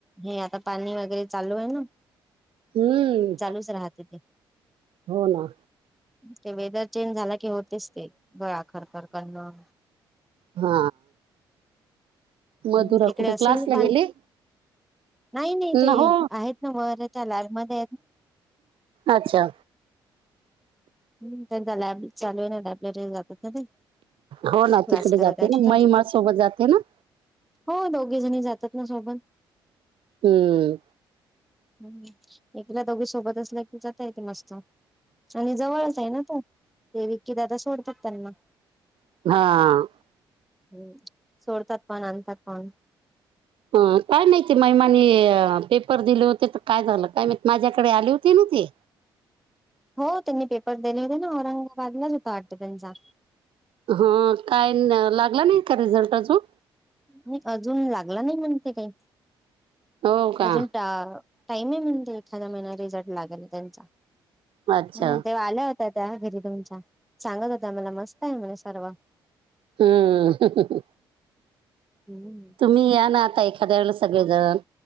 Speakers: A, in the centre; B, on the right.
A: हे आता पाणी वगैरे चालू आहे ना
B: हम्म
A: खुस राहते ते
B: हो ना
A: ते वेदर चेंज झाला की होतेच ते गळा खरखर करणं
B: हा मधुरा
A: हम्म तिकडे
B: कुठ
A: असेल
B: क्लासला
A: ना पाणी?
B: गेले.
A: नाही नाही
B: न
A: ते
B: हो
A: आहेत ना वर त्या लॅबमध्ये
B: अच्छा.
A: हम् त्यांचा लॅब चालू आहे ना लायब्ररीला जातात ना ते
B: हो ना
A: क्लास
B: तिकडे
A: करत
B: जाते
A: आहेत
B: ना
A: तर.
B: मै मास सोबत जाते ना
A: हो दोघी जणी जातात ना सोबत
B: हम्म
A: ह एकीला दोघी सोबत असल्या की जाता येते मस्त आणि जवळच आहे ना तो विकी दादा सोडतात त्यांना
B: हा
A: हम्म सोडतात पण अनतात पण
B: अ काय माहिती महिमाने पेपर दिले होते तर काय झालं काय माहित माझ्याकडे आले होते ना ती
A: हो त्यांनी पेपर दिले होते ना औरंगाबादला होता वाटत त्यांचा
B: हा काय लागला नाही का रिझल्ट अजून
A: नी अजून लागला नाही म्हणते काही
B: हो का
A: अजून टा टाईम आहे म्हणजे एखादया महिना रिझल्ट लागेल त्यांच्या
B: अच्छा
A: हम्म तो आल्या होत्या त्या घरी तुमच्या सांगत होत्या मला मस्त आहे मला सर्व
B: हम्म
A: हम्
B: तुम्ही या ना आता एखाद्या वेळेला सगळेजण